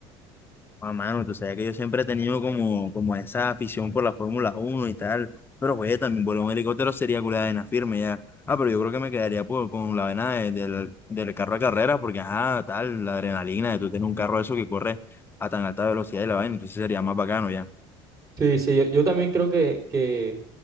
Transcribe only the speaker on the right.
Sí, sí, yo, yo también creo que, que,